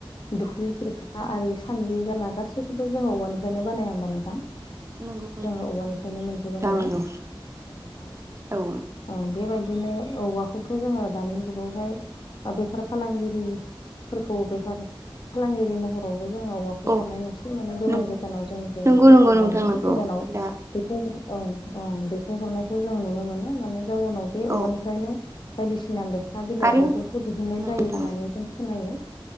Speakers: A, on the left; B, on the right.
A: दुख्लि खिरखा आरि सानद्रि जाला गासैखौबो जोङो औवानिफ्रायनो बानाया होमबा नोंथां
B: नंगौ
A: जोङो औवानिफ्रायनो मोनजोबो
B: नोंथां
A: नालाय
B: नंगौ
A: औ नगौं
B: औ
A: बेबायदिनो औवाखौथ' जोङो दानि जुगावहाय बेफार फालांगिरि फोरखौ बेफार फालांगिरि महरावबो जोङो औवाखौ
B: औ
A: हरनाय नुसै माने गोजान
B: नंगौ
A: गोजानाव जोंनिफ्राय
B: नंगौ
A: औवाफोरखौ
B: नोंथां
A: दाननानै
B: नंगौ
A: गोजानाव
B: दा
A: बेख औ औ दैथायहरनायखौ जों नुनो मोनो माने जाउनाव बे औवानिफ्रायनो
B: औ
A: बायदिसिना लेखा बिलाइ
B: आरो
A: बेफोरखौ दिहुननाय
B: नंगौ
A: जायो
B: नोंथां
A: होननानै जों खोनायो